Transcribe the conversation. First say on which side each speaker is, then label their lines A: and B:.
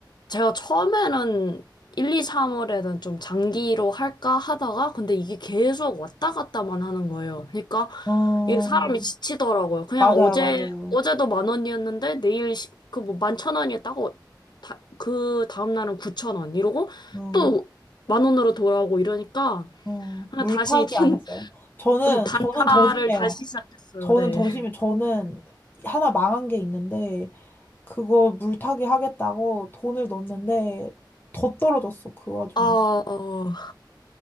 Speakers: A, on the left; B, on the left.
A: 제가 처음에는 1, 2, 3월에는 좀 장기로 할까 하다가 근데 이게 계속 왔다 갔다만 하는 거예요. 그러니까
B: 아,
A: 이게 사람이 지치더라고요. 그냥
B: 맞아요,
A: 어제
B: 맞아요.
A: 어제도 만 원이었는데 내일 그뭐 만 천 원이었다고 다, 그 다음 날은 구천 원 이러고
B: 음,
A: 또 만 원으로 돌아오고 이러니까
B: 음,
A: 그냥
B: 물타기
A: 다시 <laughs>
B: 안 했어요. 저는,
A: 단- 단타를
B: 저는 더 심해요.
A: 다시 시작했어요.
B: 저는
A: 네.
B: 더 심해. 저는 하나 망한 게 있는데, 그거 물타기 하겠다고 돈을 넣었는데, 더 떨어졌어, 그 와중에.
A: 아, 어.